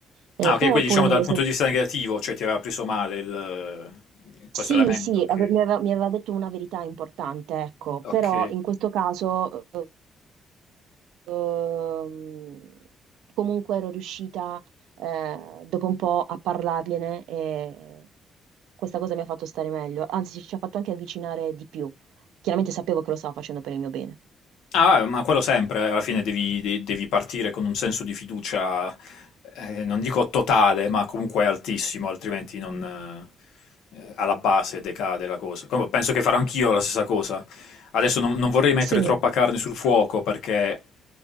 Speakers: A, on the right (about 85°); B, on the left (about 80°).
A: Eh,
B: Ah, ok,
A: però
B: quindi
A: poi
B: diciamo
A: nelle,
B: dal punto di vista negativo, cioè ti aveva preso male il- eh,
A: sì,
B: questo elemento,
A: sì,
B: ok.
A: ave- mi aveva, mi aveva detto una verità importante, ecco,
B: Ok.
A: però in questo caso ehm, comunque ero riuscita eh, dopo un po' a parlargliene e questa cosa mi ha fatto stare meglio, anzi ci ha fatto anche avvicinare di più. Chiaramente sapevo che lo stava facendo per il mio bene.
B: Ah, eh, ma quello sempre, alla fine devi, de- devi partire con un senso di fiducia, eh, non dico totale, ma comunque altissimo, altrimenti non, eh, alla base decade la cosa. Com- penso che farò anch'io la stessa cosa. Adesso non, non vorrei mettere
A: Sì,
B: troppa carne sul fuoco perché